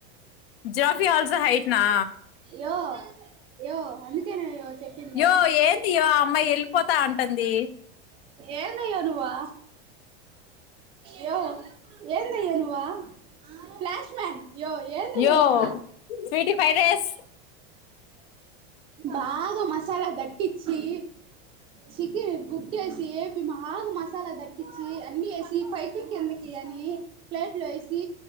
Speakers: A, on the left; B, on the right.
A: జిరాఫీ ఆల్సో హైట్ నా
B: యో యో అందుకే నో చెప్పింది.
A: యో ఏంది అమ్మాయి వెళ్ళిపోతా అంటంది.
B: ఏందయ్యోనువా యో ఏందయ్యో నువా ఫ్లాష్ మ్యాన్ య్యో ఏన్ంతయ్యో
A: యో
B: నువ్
A: స్వీటీ ఫ్రైడ్ రైస్
B: బాగా మసాలా దట్టించి చికెన్ గుడ్డి వేసి ఏపి బాగా మసాలా దట్టించి అన్ని వేసి పైకి కిందకి <inaudible> ప్లేట్లు వేసి